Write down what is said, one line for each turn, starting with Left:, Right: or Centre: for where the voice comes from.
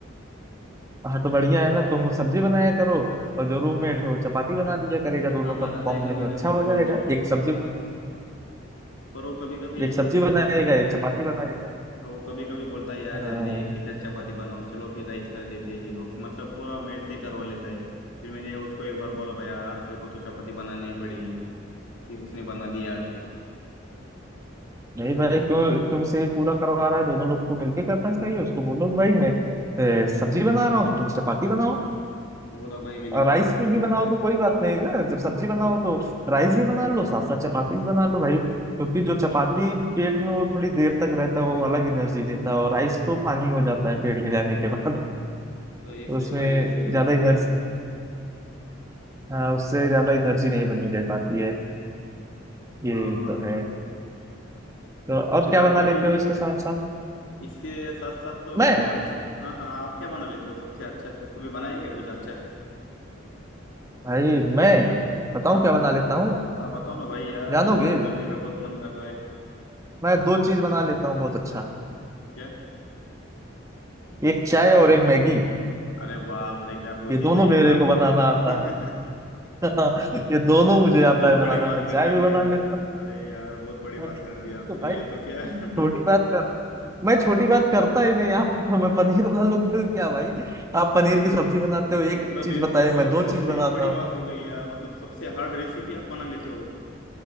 Right: हाँ तो बढ़िया है ना तुम सब्जी बनाया करो और जो रूममेट है वो चपाती बना दिया करेगा दोनों
Left: हाँ
Right: का
Left: बनाता
Right: कॉम्बिनेशन
Left: है कभी कभी
Right: अच्छा हो
Left: बरोबर
Right: जाएगा एक सब्जी
Left: हाँ पर वो कभी कभी ये
Right: एक सब्जी
Left: तो देख
Right: बनाएगा
Left: तो
Right: एक चपाती बनाएगा
Left: वो कभी कभी बोलता है यार
Right: हाँ
Left: जान दे किधर चपाती बनाओ चलो फिर राइस कर देते हैं वो मतलब पूरा मेरे से करवा लेता है फिर मैंने उसको एक बार बोला भाई आज तेरे को तो चपाती बनानी ही पड़ेगी फिर उसने बना दी आज फिर
Right: नहीं भाई क्यों तुमसे ही पूरा करवा रहा है दोनों लोग को मिलके करना चाहिए उसको बोलो भाई मैं ए, सब्जी बना रहा हूँ तो तुम चपाती बनाओ
Left: बोला भाई मैंने
Right: और
Left: उसको
Right: राइस भी बनाओ तो कोई बात नहीं ना जब सब्जी बनाओ तो राइस भी बना लो साथ साथ चपाती भी बना लो भाई क्योंकि जो चपाती पेट में वो थोड़ी देर तक रहता है वो अलग एनर्जी देता है और राइस तो पानी हो जाता है पेट में जाने के बाद
Left: सही
Right: <laughs>
Left: सही
Right: उसमें
Left: भाई सही
Right: ज्यादा
Left: बोला आपने
Right: एनर्जी
Left: तो
Right: हाँ उससे ज्यादा एनर्जी नहीं बनी दे पाती है ये
Left: हाँ हाँ
Right: तो
Left: हाँ
Right: है तो और
Left: फिर
Right: क्या
Left: आप
Right: बना
Left: कभी
Right: लेते हो इसके साथ साथ
Left: इसके साथ साथ तो मेरे
Right: मैं
Left: को अच्छा हाँ हाँ आप क्या बना लेते हो सबसे अच्छा कभी बनाए क्या कुछ अच्छा
Right: भाई मैं बताऊं
Left: हाँ
Right: क्या बना लेता
Left: हाँ बताओ ना भाई यार
Right: जानोगे
Left: मेरे को तो सुनने का बहुत मन कर रहा है
Right: मैं दो चीज बना लेता हूँ बहुत अच्छा
Left: क्या
Right: एक चाय और एक मैगी
Left: अरे बाप रे क्या बोल
Right: ये
Left: दी
Right: दोनों
Left: भाई ये
Right: मेरे
Left: बात
Right: को बनाना
Left: तो आपने
Right: आता
Left: <laughs>
Right: है <laughs> ये दोनों
Left: ये
Right: मुझे
Left: तो बहुत
Right: आता है बनाना
Left: बड़ी बात
Right: मैं चाय
Left: कर दी
Right: भी
Left: भाई
Right: बना
Left: आपने
Right: लेता
Left: अरे यार बहुत बड़ी बात
Right: हूँ
Left: कर दी आपने
Right: तो भाई
Left: ये तो क्या <laughs>
Right: छोटी बात कर <laughs> मैं छोटी बात करता ही नहीं आप <laughs> मैं पनीर वालों क्या भाई आप पनीर की सब्जी बनाते हो एक
Left: मतलब
Right: चीज
Left: ये
Right: बताइए
Left: तो
Right: मैं दो
Left: सबसे
Right: चीज बनाता
Left: बड़ी
Right: हूँ
Left: बात हो गई यार मतलब सबसे हार्ड रेसिपी आप बना लेते हो